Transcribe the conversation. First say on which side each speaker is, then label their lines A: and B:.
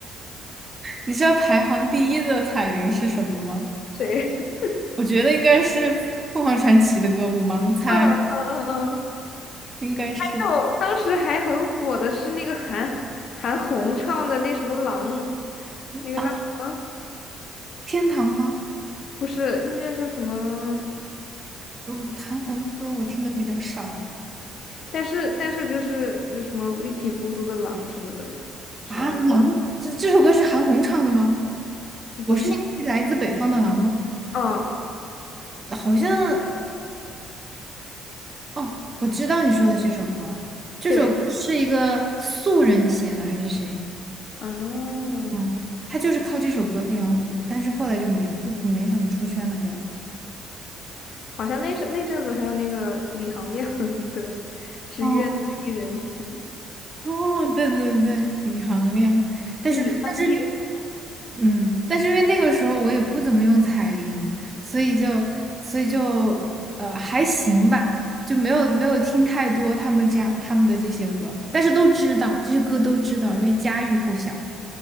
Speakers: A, on the right; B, on the left.
A: 你知道排行第一的彩铃是什么吗？
B: 谁？<laughs>
A: 我觉得应该是凤凰传奇的歌，我盲猜。
B: 嗯嗯嗯嗯，
A: 应该是
B: 就当时还很火的是那个韩韩红唱的那什么狼，那个叫什么？
A: 啊，天堂吗？
B: 不是，那个叫什么？
A: 呃，韩红的歌我听的比较少
B: 但是但是就是那什么一匹孤独的狼什么的，啥玩意？
A: 啊。狼，这这首歌是韩红唱的吗？我是一匹来自北方的狼吗？
B: 不是吗？嗯，
A: 好像哦，我知道你说的这首歌，这首歌是一个素人写的还是谁？
B: 对，嗯，
A: 嗯，他就是靠这首歌非常火，但是后来就没不没什么出圈的歌了
B: 好像那是那阵子还有那个李行亮 <laughs> 的《只愿得一人心》，
A: 哦哦，对对对，李行亮，但是但是因
B: 李安利。
A: 嗯，但是因为那个时候我也不怎么用彩铃，所以就所以就呃还行吧，就没有没有听太多他们这样他们的这些歌，但是都知道这些歌都知道，因为家喻户晓。